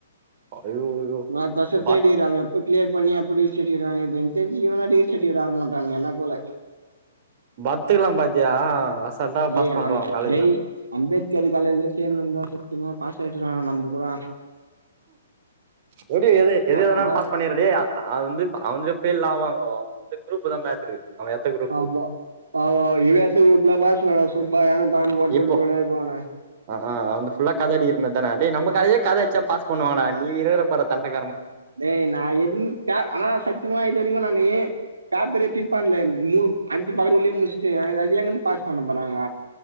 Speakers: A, on the right; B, on the right.
A: ஐயோயோ
B: நா அட்த்த வர்ஷோ
A: பத்
B: தேட் இயரு அவ எப் ப கிளியர் பண்ணி எப்ப டிகிரி சட்டிவிகேட் வாங்கர்துன் எனக் தெரிஞ்சி இவலா டிகிரி சட்டிவிகேட் வாங்க மாட்டானுங்க என்ன போல
A: பாத்துக்லா பாத்தியா அசால்ட்டா
B: டேய்
A: பாஸ் பண்றா
B: ஆர்னு
A: அவ காலேஜ்ல
B: டேய் அம்பேத் சேரி காலேஜ்ல சேந்திர்ந்தா சத்யிமா பாஸ் ஆய்ட்ருக்லா நம்ப கூட
A: ஒடிய எது எத எதனால
B: ஆனா
A: பாஸ் பண்ணிறே டே அ அது வந்து ப <unintelligible> ஃபெயில் ஆவாங்கோ அவுங்க வந்து குரூப் தா மேட்ரு அவ எத்த குரூப்
B: ஆமா அமா இவெ எந்த குரூப்ல பாஸ் <unintelligible> சும்மா எனோ தானோனு போட்டுட்டு
A: இப்போ
B: போயினே இருப்பாங்க
A: ஆ ஆ அவெ வந்து ஃபுல்லா கத அடிக்கிற மேர் தான டே நம்ம கதையே கத அட்ச்சா பாஸ் பண்ணுவாங்க டா நீ இருக்கற பாரா தண்டைக்
B: டேய் நா எதுன் க ஆனா சத்திமா இது வரைக்கு நானே பேப்பரூ ஃபில் பண்ல மூணு அஞ்சு பக்கத் உள்ளே முட்ச்ட்டு அங்கத் அது எங்கந்த் பாஸ் பண்ண போறாங்க